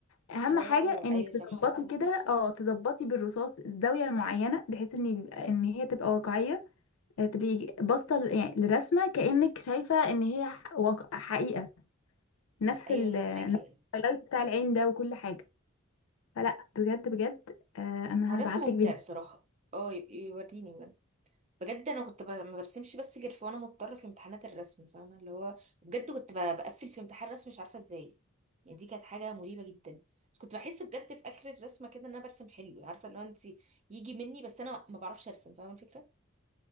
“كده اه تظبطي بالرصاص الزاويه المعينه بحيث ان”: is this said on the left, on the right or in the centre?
Left